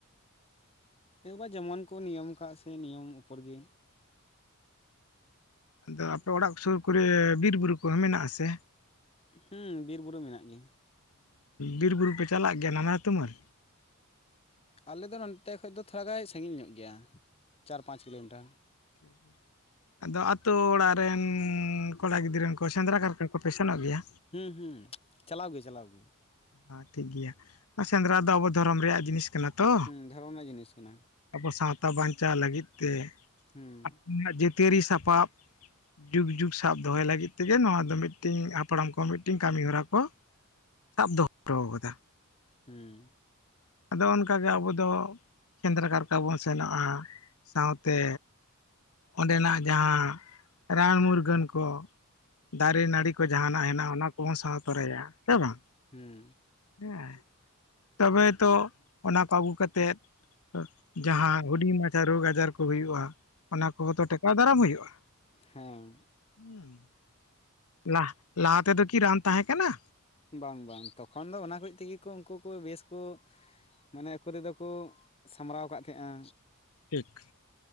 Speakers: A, on the left; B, on the left.
A: ᱦᱮᱸ ᱮᱵᱟᱨ ᱡᱮᱢᱚᱱ ᱠᱚ ᱱᱤᱭᱚᱢ ᱟᱠᱟᱫ ᱥᱮ ᱱᱤᱭᱚᱢ ᱩᱯᱚᱨ ᱜᱮ
B: ᱟᱫᱚ ᱟᱯᱮ ᱚᱲᱟᱜ ᱥᱩᱨ ᱠᱚᱨᱮ ᱵᱤᱨᱼᱵᱩᱨᱩ ᱠᱚᱦᱚᱸ ᱢᱮᱱᱟᱜ ᱟᱥᱮ
A: ᱦᱩᱸ ᱵᱤᱨᱼᱵᱩᱨᱩ ᱢᱮᱱᱟᱜ ᱜᱮᱭᱟ
B: ᱵᱤᱨ ᱵᱩᱨᱩ ᱯᱮ ᱪᱟᱞᱟᱜ ᱜᱮᱭᱟ ᱱᱟᱱᱟ ᱛᱩᱢᱟᱹᱞ
A: ᱟᱞᱮ ᱫᱚ ᱱᱚᱱᱚᱛ ᱠᱷᱚᱡ ᱫᱚ ᱛᱷᱚᱲᱟ ᱜᱟᱱ ᱥᱟᱺᱜᱤᱧ ᱧᱚᱜ ᱜᱮᱭᱟ ᱪᱟᱨ ᱯᱟᱸᱪ ᱠᱤᱞᱳᱢᱤᱴᱟᱨ
B: ᱴᱷᱤᱠ ᱜᱮᱭᱟ ᱟᱫᱚ ᱟᱛᱳ ᱚᱲᱟᱜ ᱨᱮᱱ ᱠᱚᱲᱟ ᱜᱤᱫᱽᱨᱟᱹ ᱠᱚ ᱥᱮᱸᱫᱽᱨᱟ ᱠᱟᱨᱠᱟ ᱠᱚᱯᱮ ᱥᱮᱱᱚᱜ ᱜᱮᱭᱟ?
A: ᱦᱩᱸ ᱦᱩᱸ ᱪᱟᱞᱟᱣ ᱜᱮ ᱪᱟᱞᱟᱣ ᱜᱮ᱾
B: ᱟ ᱴᱷᱤᱠ ᱜᱮᱭᱟ ᱟᱨ ᱥᱮᱸᱫᱽᱨᱟ ᱫᱚ ᱟᱵᱚ ᱫᱷᱚᱨᱚᱢ ᱨᱮᱭᱟᱜ ᱡᱤᱱᱤᱥ ᱠᱟᱱᱟ ᱛᱚ
A: ᱦᱩᱸ ᱫᱷᱚᱨᱚᱢ ᱨᱮᱱᱟᱜ ᱡᱤᱱᱤᱥ ᱠᱟᱱᱟ
B: ᱟᱵᱚ ᱥᱟᱶ ᱛᱟ ᱵᱟᱧᱪᱟᱣ ᱞᱟᱹᱜᱤᱫ ᱛᱮ
A: ᱦᱩᱸ
B: ᱟᱯᱱᱟ ᱡᱟᱹᱛᱤᱭᱟᱹᱨᱤ ᱥᱟᱯᱟᱵ ᱡᱩᱜᱽ ᱡᱩᱜᱽ ᱥᱟᱵ ᱫᱚᱦᱚᱭ ᱞᱟᱹᱜᱤᱫ ᱛᱮᱜᱮ ᱱᱚᱣᱟ ᱫᱚ ᱢᱤᱜᱴᱤᱝ ᱦᱟᱯᱲᱟᱢ ᱠᱚ ᱢᱤᱴᱤᱝ ᱠᱟᱹᱢᱤᱦᱚᱨᱟ ᱠᱚ ᱥᱟᱵ ᱫᱚᱦᱚ ᱚᱴᱚᱣ ᱠᱟᱫᱟ᱾
A: ᱦᱩᱸ
B: ᱟᱫᱚ ᱚᱱᱠᱟᱜᱮ ᱟᱵᱚ ᱫᱚ ᱥᱮᱸᱫᱽᱨᱟ ᱠᱟᱨᱠᱟ ᱵᱚᱱ ᱥᱮᱱᱚᱜᱼᱟ ᱥᱟᱶᱛᱮ ᱚᱸᱰᱮᱱᱟᱜ ᱡᱟᱦᱟᱸ ᱨᱟᱱ ᱢᱩᱨᱜᱟᱹᱱ ᱠᱚ ᱫᱟᱨᱮ ᱱᱟᱹᱲᱤ ᱠᱚ ᱡᱟᱦᱟᱸᱟᱱᱟᱜ ᱦᱮᱱᱟᱜᱼᱟ ᱚᱱᱟ ᱠᱚᱦᱚᱸ ᱥᱟᱶ ᱛᱚᱨᱟᱭᱟ᱾ ᱥᱮ ᱵᱟᱝ
A: ᱦᱩᱸ
B: ᱦᱮᱸ ᱛᱚᱵᱮ ᱛᱚ ᱚᱱᱟ ᱠᱚ ᱟᱹᱜᱩ ᱠᱟᱛᱮᱫ ᱡᱟᱦᱟᱸ ᱦᱩᱰᱤᱧ ᱢᱟᱪᱷᱟ ᱨᱳᱜᱽ ᱟᱡᱟᱨ ᱠᱚ ᱦᱩᱭᱩᱜᱼᱟ᱾ ᱚᱱᱟ ᱠᱚ ᱦᱚᱸ ᱛᱚ ᱴᱮᱠᱟᱣ ᱫᱟᱨᱟᱢ ᱦᱩᱭᱩᱜᱼᱟ᱾
A: ᱦᱮᱸ
B: ᱦᱩᱸ ᱞᱟᱦ-ᱞᱟᱦᱟ ᱛᱮᱫᱚ ᱠᱤ ᱨᱟᱱ ᱛᱟᱦᱮᱸ ᱠᱟᱱᱟ?
A: ᱵᱟᱝ ᱵᱟᱝ ᱛᱚᱠᱷᱚᱱ ᱫᱚ ᱚᱱᱟ ᱠᱚᱡ ᱛᱮᱜᱮ ᱠᱚ ᱩᱝᱠᱩ ᱠᱩ ᱵᱮᱥ ᱠᱚ ᱢᱟᱱᱮ ᱟᱠᱚ ᱛᱮᱫᱚ ᱠᱚ ᱥᱟᱢᱵᱲᱟᱣ ᱠᱟᱜ ᱛᱟᱦᱮᱸᱜᱼᱟ᱾
B: ᱴᱷᱤᱠ